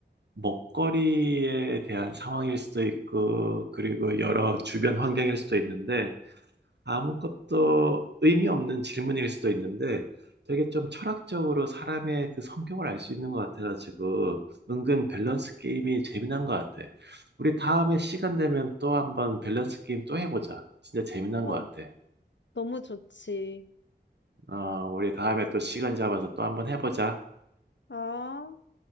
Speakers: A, on the right (about 70°); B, on the left (about 80°).
A: 먹거리에 대한 상황일 수도 있고, 그리고 여러 주변 환경일 수도 있는데, 아무것도 의미 없는 질문일 수도 있는데 되게 좀 철학적으로 사람의 그 성격을 알 수 있는 것 같아가지고 은근 밸런스 게임이 재미난 것 같아. 우리 다음에 시간 되면 또 한번 밸런스 게임 또 해보자. 진짜 재미난
B: 어,
A: 것 같아.
B: 너무 좋지.
A: 어, 우리 다음에 또 시간 잡아서 또 한번 해보자.
B: 아.